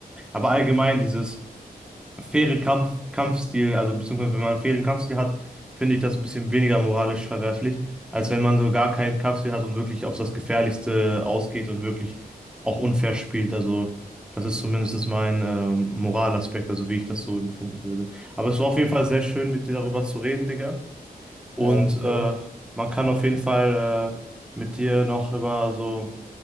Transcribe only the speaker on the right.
Hm.
hm.
ja, ja, mit
dir auch.